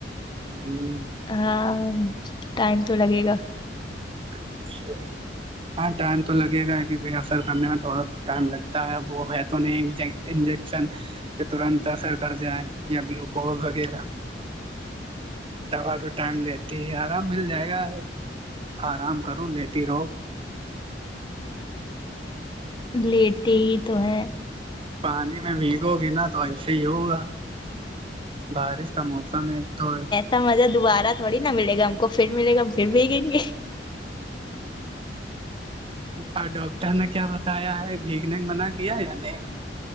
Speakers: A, on the right; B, on the left.
A: ہوں،
B: ہاں ٹائم تو لگے گا
A: اچھا ہاں ٹائم تو لگے گا کیونکہ افر کرنے میں تھوڑا س ٹائم لگتا ہے وہ ہے تو نہیں انجیکشن کے ترنت اثر کر جائیں یا گلوکوز وغیرہ دوا تو ٹائم لیتی ہے آرام مل جائے گا آرام کرو لیتی ہی رہو
B: لیتے ہی تو ہے
A: پانی میں بھییک ہوگی نا تو ایسے ہی ہوگا بارش کا موسم ایک تو
B: سمجھہ دوبارہ تھوڑیا ملے گا ہم کو پھر مل گا ہم پھر بھیگیں گے
A: اور ڈاکٹر نے کیا بتایا ہے بھیگ نے منع کیا یا نہیں